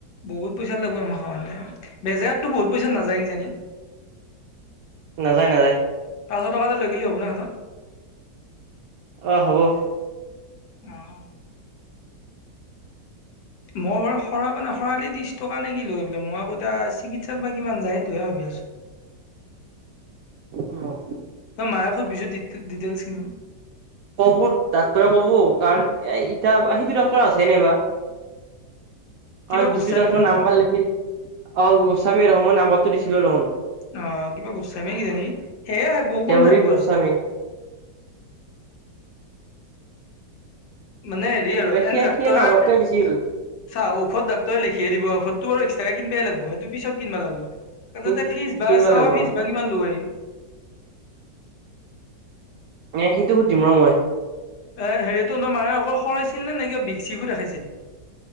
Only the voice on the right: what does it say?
নাযায় নাযায়।
অঁ, হ'ব।
অঁ।
কব ডাক্তৰে কব কাৰণ এ এতিয়া সেইটো ডাক্তৰ আছে না নাই বা
অ
যিতো ডক্টৰৰ
নাম্বাৰ লিখি দিছিলো অ গোস্বামী ডক্টৰৰ নাম্বাৰটো দিছিলো
দেৱজিত
গোস্বামী
কিবা
সিয়ে
সিয়ে নাম্বাৰটোৱে দিছিল
কিন
কিনিব
লাগিব
অ
এ সেইটো সুধিম ৰ মই